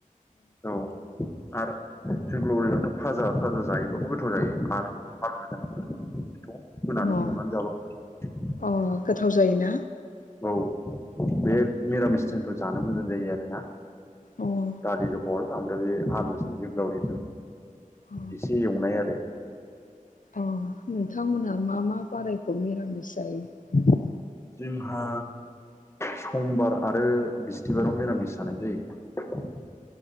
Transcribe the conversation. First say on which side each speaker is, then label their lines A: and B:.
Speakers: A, on the left; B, on the left.
A: औ आरो जोंग्लावरियाथ फाजा फाजा जायोबाबो गोथाव जायो मार मार फोनानै
B: अ
A: एवनानै जाबाव
B: अ गोथाव जायोना
A: औ बे निरामिस जोंफोर जानो मोजां जायो आरो ना
B: अ
A: दालि जहल ओमफ्राय बे आलुजों जोग्लावरिजों
B: अ
A: एसे एवनाय आरो
B: अ नोंथांमोनहा मा मा बारायखौ मिरामिस जायो
A: जोंहा समबार आरो बिस्तबाराव मिरामिस जानाय जायो